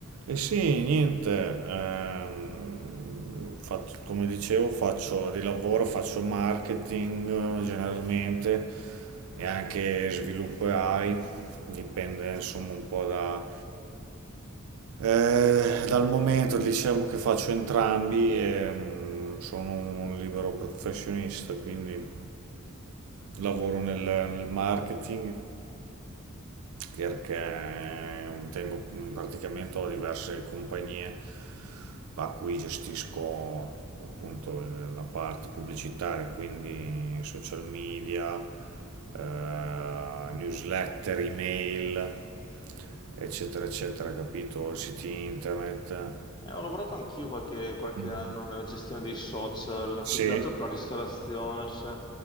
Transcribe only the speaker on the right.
E sì, niente, ehm, fac- come dicevo, faccio di lavoro, faccio marketing eh, generalmente e anche sviluppo AI, dipende insomma un po' da, eh, dal momento, diciamo che faccio entrambi e mm, sono un libero professionista, quindi lavoro nel nel marketing perché tengo, praticamente ho diverse compagnie a cui gestisco appunto la parte pubblicitaria, quindi social media, eh, newsletter, email, eccetera, eccetera, capito? Siti internet.
Mm.
Sì.